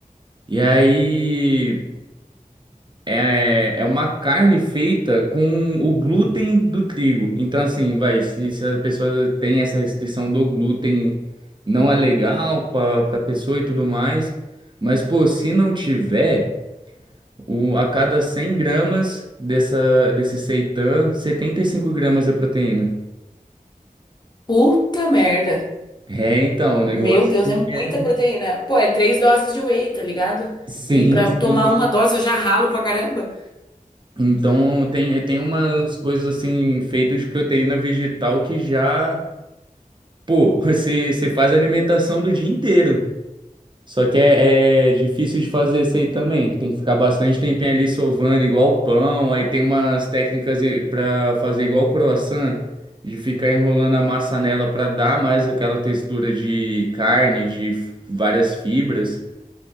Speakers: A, on the right (about 35°); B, on the left (about 30°).
A: E aí é, é uma carne feita com o glúten do trigo. Então, assim, vai, se, se a pessoa tem essa restrição do glúten, não é legal para a pessoa e tudo mais. Mas, pô, se não tiver, o, a cada 100 gramas dessa, desse seitan, 75 gramas é proteína.
B: Puta merda.
A: É, então, o negócio
B: Meu Deus,
A: ele
B: é
A: é.
B: muita proteína. Pô, é três doses de whey, tá ligado?
A: Sim,
B: E pra tomar
A: sim.
B: uma dose eu já ralo pra caramba.
A: Então, tem, tem umas coisas assim feitas de proteína vegetal que já. Pô, <laughs> você, você faz a alimentação do dia inteiro. Só que é, é difícil de fazer isso aí também. Tem que ficar bastante tempinho ali sovando, igual pão. Aí tem umas técnicas para fazer igual croissant, de ficar enrolando a massa nela para dar mais aquela textura de carne, de f- várias fibras.